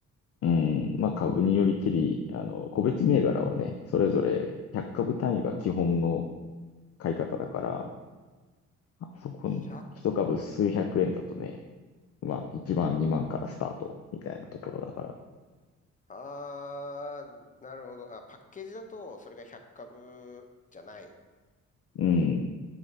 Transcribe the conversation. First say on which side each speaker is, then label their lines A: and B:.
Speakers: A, on the left; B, on the left.
A: うん、まあ、株によりけり、あの、個別銘柄はね、それぞれ100株単位が基本の買い方だから、そこ、
B: 100、
A: 一株数百円だとね、まあ、1万、2万からスタートみたいなところだから。
B: あー、なるほど。あ、パッケージだと、それが100株じゃない。
A: うん。